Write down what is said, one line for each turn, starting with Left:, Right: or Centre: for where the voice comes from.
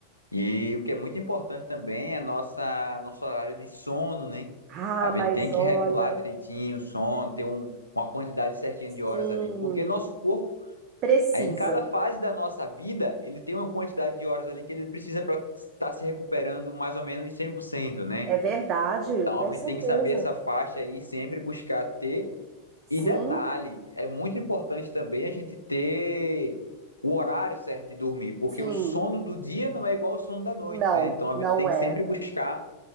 Left: E o que é muito importante também é nossa, nosso horário de sono, né?
Right: Ah,
Left: A
Right: mas
Left: gente tem que
Right: olha,
Left: regular direitinho o sono, ter um, uma quantidade certinha
Right: sim,
Left: de horas ali, porque nosso corpo
Right: precisa.
Left: Aí, em cada fase da nossa vida, ele tem uma quantidade de horas ali que ele precisa para estar se recuperando mais ou menos 100%, né?
Right: É verdade,
Left: Então,
Right: com
Left: a
Right: certeza.
Left: gente tem que saber essa faixa aí, sempre buscar ter. E
Right: Sim,
Left: detalhe, é muito importante também a gente ter o horário certo de dormir, porque
Right: sim.
Left: o sono do dia não é igual ao sono da noite,
Right: Não,
Left: né? Então, a
Right: não
Left: gente tem
Right: é.
Left: que sempre buscar